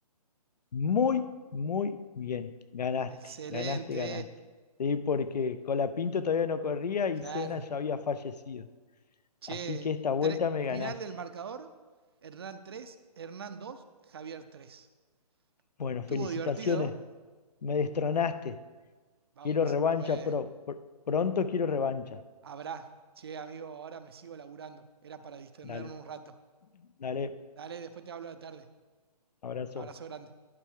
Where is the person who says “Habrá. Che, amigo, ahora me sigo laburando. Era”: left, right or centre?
Right